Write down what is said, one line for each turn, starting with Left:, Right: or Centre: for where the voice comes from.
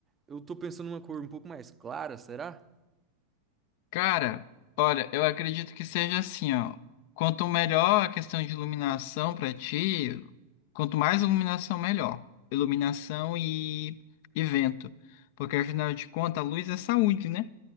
Right: eu tô pensando numa cor um pouco mais clara, será?
Left: Cara, olha, eu acredito que seja assim, ó. Quanto melhor a questão de iluminação pra ti, quanto mais iluminação, melhor. Iluminação e, e vento. Porque afinal de contas, a luz é saúde, né?